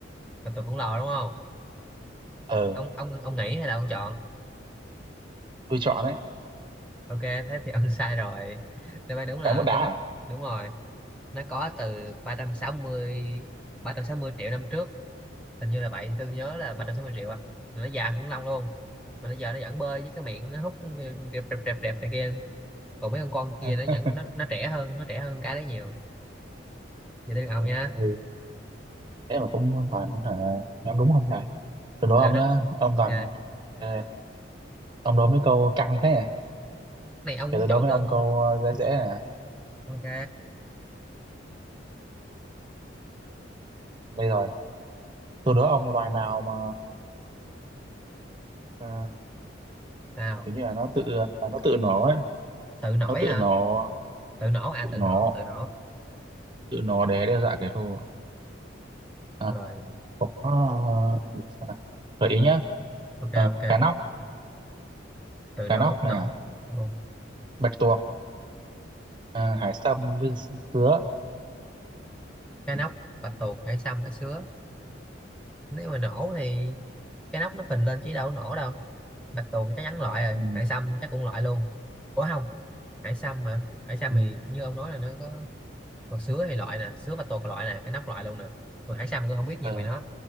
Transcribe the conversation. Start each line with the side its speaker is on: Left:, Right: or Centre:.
Centre: bạch tuộc khổng lồ đúng không
Right: ờ
Centre: ông ông ông nghĩ hay là ông chọn
Right: tôi chọn đấy
Centre: ok thế thì <laughs> ông sai rồi đáp án đúng là
Right: cái mẫu đá
Centre: cá mút
Right: à
Centre: đúng rồi nó có từ ba ba trăm trăm sáu mươi ba trăm sáu mươi triệu năm trước hình như là vậy tôi nhớ là 360 triệu à mà nó già khủng long luôn mà bây giờ nó vẫn bơi với cái miệng nó hút rẹp rẹp rẹp rẹp này kia còn mấy con con kia
Right: Ha,
Centre: nó vẫn nó, nó trẻ hơn nó trẻ hơn cái đấy nhiều giờ tới lượt ông
Right: rồi
Centre: nha
Right: thế mà cũng toàn hả, nhắm đúng không nhỉ tôi đố
Centre: lựa
Right: ông
Centre: năm
Right: nhá ông
Centre: ok
Right: toàn à, ông đố mấy câu căng thế này
Centre: này ông
Right: để
Centre: cũng
Right: tôi đố
Centre: chọn
Right: mấy
Centre: được
Right: ông câu ờ, dễ dễ này
Centre: ok
Right: đây rồi tôi đố ông loài nào mà ờ,
Centre: nào
Right: kiểu như là nó tự à, nó tự nổ ấy
Centre: tự nổi
Right: nó tự
Centre: hả
Right: nổ
Centre: tự nổ à
Right: tự
Centre: tự
Right: nổ
Centre: nổ tự nổ
Right: tự nổ để đe dọa kẻ thù à,
Centre: rồi
Right: có ờ, để xem nào gợi ý nhá
Centre: ok
Right: à,
Centre: ok
Right: cá nóc
Centre: tự
Right: cá
Centre: nổ
Right: nóc
Centre: nổ
Right: nè
Centre: ừ.
Right: bạch tuộc à, hải sâm với dứa
Centre: cá nóc bạch tuộc hải sâm hải sứa nếu mà nổ thì cái nóc nó phình lên chứ đâu có nổ đâu bạch tuộc chắc chắn loại rồi
Right: ừ,
Centre: hải sâm chắc cũng loại luôn ủa không hải sâm mà hải sâm
Right: ừ,
Centre: thì như ông nói là nó có còn sứa thì loại nè sứa bạch tuộc loại nè cái nóc loại luôn nè còn hải sâm thì tôi không biết
Right: ờ,
Centre: nhiều về nó